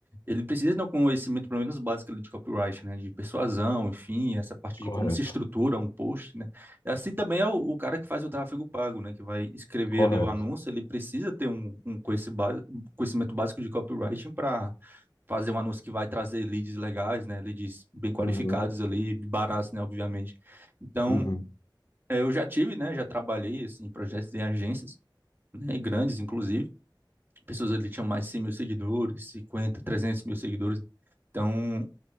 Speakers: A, on the right; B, on the left.
A: ele precisa ter um conhecimento pelo menos básico ali de copyright, né, de persuasão, enfim, essa parte de
B: Correto,
A: como se estrutura um post, né. E assim também é o, o cara que faz o tráfego pago, né, que vai escrever
B: correto.
A: ali o anúncio, ele precisa ter um, um conheci- ba- conhecimento básico de copywriting para fazer um anúncio que vai trazer leads legais, né, leads bem qualificados
B: Uhum,
A: ali, baratos, né, obviamente. Então,
B: uhum,
A: eh, eu já tive, né, já trabalhei assim em projetos em agências, né, grandes inclusive pessoas ali tinham mais de 100 mil seguidores, 50, 300 mil seguidores. Então,